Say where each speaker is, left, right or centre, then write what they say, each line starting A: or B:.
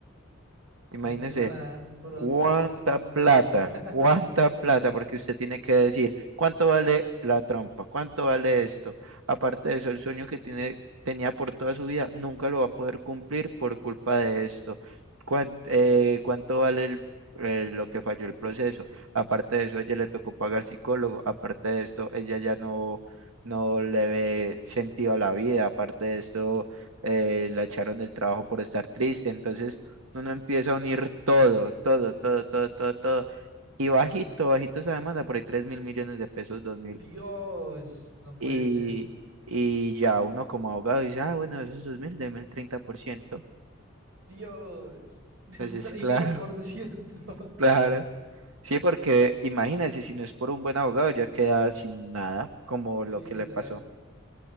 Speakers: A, on the right; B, on the right.
A: <laughs>
B: Imagínese
A: se empiezan a frotar
B: ¿Cuánta
A: las manos.
B: plata?
A: <laughs>
B: ¿Cuánta plata? Porque usted tiene que decir, ¿cuánto vale la trompa? ¿Cuánto vale esto? Aparte de eso, el sueño que tiene, tenía por toda su vida nunca lo va a poder cumplir por culpa de esto. ¿Cuán- eh, ¿Cuánto vale el- eh, lo que falló el proceso? Aparte de eso, a ella le tocó pagar psicólogo. Aparte de esto, ella ya no, no le ve sentido a la vida. Aparte de esto, eh, la echaron del trabajo por estar triste. Entonces uno empieza a unir todo, todo, todo, todo, todo, todo. Y bajito, bajito esa demanda, por ahí tres mil millones de pesos, dos mil.
A: Dios, no puede
B: Y,
A: ser.
B: y ya uno como abogado dice, ah, bueno, esos dos mil, deme el treinta por ciento
A: Dios, del
B: Entonces,
A: treinta
B: claro,
A: por ciento
B: <laughs> claro. Sí, porque imagínense, si no es por un buen abogado, ya queda sin nada, como
A: <laughs> Sí,
B: lo que
A: literal.
B: le pasó.